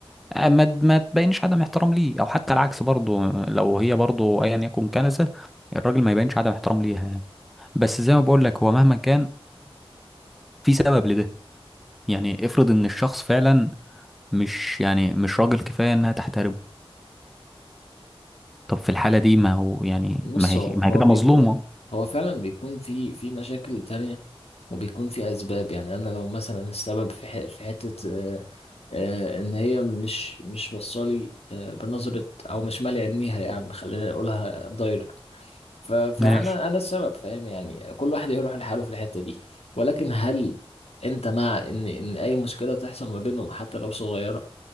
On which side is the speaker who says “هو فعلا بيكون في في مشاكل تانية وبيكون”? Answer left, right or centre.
Left